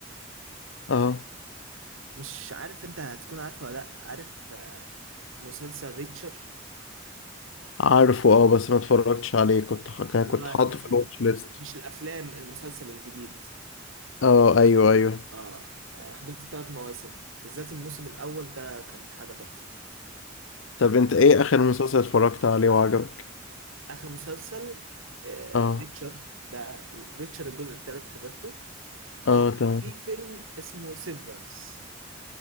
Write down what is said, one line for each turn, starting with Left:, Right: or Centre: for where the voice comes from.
Left: اه
Right: مش عارف انت هتكون عارفه ولا لا عارف آه، مسلسل ريتشر
Left: عارفه اه بس ما اتفرجتش عليه كنت ح- كان-
Right: اللي
Left: كنت
Right: هو
Left: حاطه
Right: ال...
Left: في الواتش ليست
Right: مش الافلام المسلسل الجديد
Left: اه ايوه ايوه
Right: اه آه، حضرت الثلاث مواسم بالذات الموسم الاول ده كان حاجه تحفه
Left: طب انت ايه اخر مسلسل اتفرجت عليه وعجبك
Right: اخر مسلسل آه،
Left: اه
Right: ريتشر ده ريتشر الجزء الثالث حضرته
Left: اه
Right: اه
Left: تمام
Right: في فيلم اسمه سيفرنس